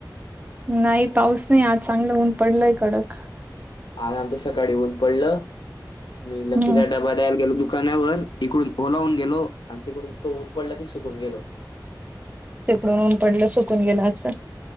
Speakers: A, on the right; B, on the left.
A: नाही पाऊस नाही आज चांगलं ऊन पडलंय कडक.
B: आज आमच्यात सकाळी ऊन पडलं आणि लकी
A: हम्म
B: काय डबा डायरेक्ट गेलो दुकानावर इकडून ओला होऊन गेलो आणि तिकडून परत ऊन पडलं की सुकून गेलो.
A: तिकडून ऊन पडलं सुकून गेला असल.